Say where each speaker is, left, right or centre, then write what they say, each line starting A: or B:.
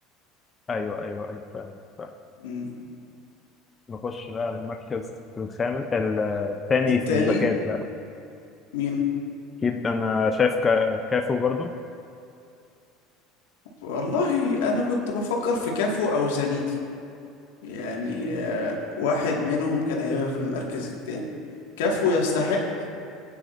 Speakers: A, on the left; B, on the left.
A: ايوه ايوه ايوه فاهم فاهم.
B: مم.
A: نخش بقى المركز الخامس الثاني
B: التاني
A: في الباكات بقى
B: مين
A: اكيد انا شايف كا- كافو برضو
B: والله انا كنت بفكر في كافو او زانيتي يعني آه، واحد منهم كان هيبقى في المركز التاني كافو يستحق